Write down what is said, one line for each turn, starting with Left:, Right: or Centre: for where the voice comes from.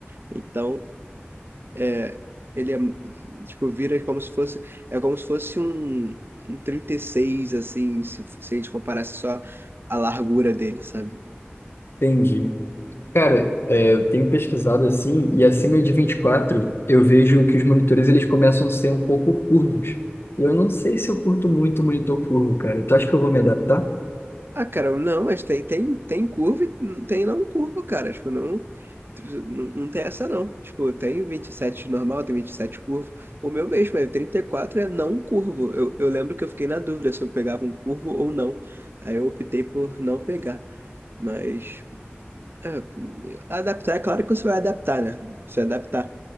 Right: Então, é, ele é. Tipo, vira como se fosse. É como se fosse um, um 36 assim, se, se a gente comparasse só a largura dele, sabe?
Left: Entendi. Cara, é, eu tenho pesquisado assim, e acima de 24 eu vejo que os monitores eles começam a ser um pouco curvos. E eu não sei se eu curto muito o monitor curvo, cara. Tu acha que eu vou me adaptar?
Right: Ah, cara, não, mas tem, tem, tem curva e não tem não curva, cara. Tipo, não, tu- não, não tem essa não. Tipo, tem 27 normal, tem 27 curvo. O meu mesmo é 34 é não curvo. Eu, eu lembro que eu fiquei na dúvida se eu pegava um curvo ou não. Aí eu optei por não pegar. Mas, é, adaptar, é claro que você vai adaptar, né? Você adaptar.